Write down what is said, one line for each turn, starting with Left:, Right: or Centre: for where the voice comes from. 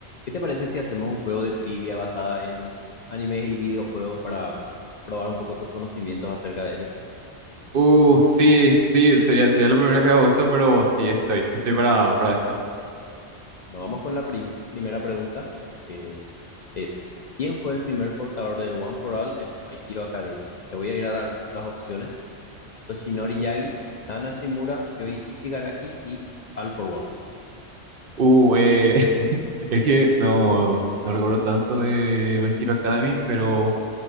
Left: ¿Qué te parece si hacemos un juego de trivia basada en animes y videojuegos para probar un poco tus conocimientos acerca de ellas?
Right: Uh, sí, sí, sería, sería la primera vez que hago esto, pero sí, estoy, estoy para, para esto.
Left: Bueno, vamos con la prim- primera pregunta, que es, ¿quién fue el primer portador del One for All en My Hero Academia? Te voy a ir a dar las opciones. Toshinori Yagi, Nana Shimura, Yoichi Shigaraki y All for One.
Right: Uh, eh, <laughs> es que no, no recuerdo tanto de My Hero Academy, pero